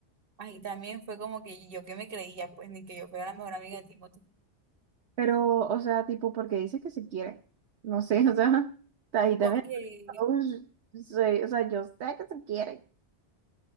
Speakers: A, on the right; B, on the right.
A: Ahí también fue como que yo que me creía, pues, ni que yo fuera la mejor amiga de Timothy.
B: Pero, o sea, tipo, porque dice que se quiere. No sé, <laughs> o sea, ta- ahí también.
A: Porque
B: uy, soy- o sea, yo sé que se quiere